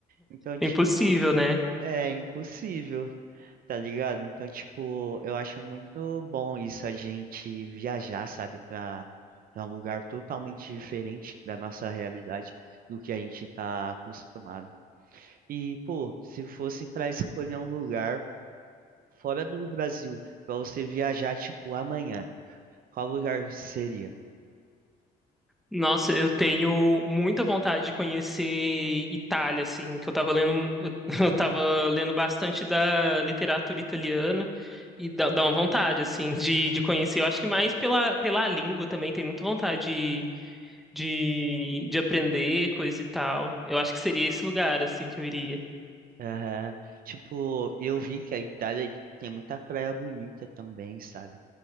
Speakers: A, on the right (about 60°); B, in the centre.
A: Então,
B: É
A: tipo,
B: Impossível, né?
A: é impossível, tá ligado? Então, tipo, eu acho muito bom isso, a gente viajar, sabe, pra, pra um lugar totalmente diferente da nossa realidade, do que a gente tá acostumado. E, pô, se fosse pra escolher um lugar fora do Brasil, pra você viajar, tipo, amanhã, qual lugar seria?
B: Nossa, eu tenho muita vontade de conhecer Itália, assim, que eu tava lendo, eu <laughs> eu tava lendo bastante da literatura italiana e dá, dá uma vontade, assim, de, de conhecer. Eu acho que mais pela, pela língua também, tem muita vontade de, de, de aprender coisa e tal. Eu acho que seria esse lugar, assim, que eu iria.
A: Aham. Tipo, eu vi que a Itália tem muita praia bonita também, sabe?